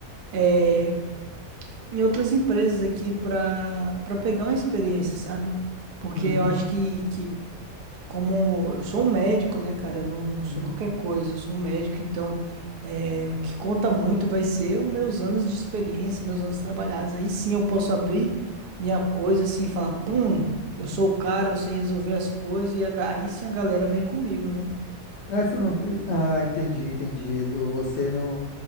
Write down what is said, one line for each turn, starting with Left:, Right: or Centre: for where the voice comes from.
Right: é, em outras empresas aqui pra, pra pegar uma experiência, sabe? Porque
Left: uhum,
Right: eu acho que, que como eu sou um médico, né, cara? Eu não, não sou
Left: uhum.
Right: qualquer coisa, eu sou um médico, então é, o que conta muito vai ser os meus anos de experiência, meus anos trabalhados. Aí sim eu posso abrir minha coisa assim e falar, pum, eu sou o cara, eu sei resolver as coisas, e a ga- aí sim a galera vem comigo, né?
Left: Não, isso não. Ah, entendi, entendi. Do- Você não.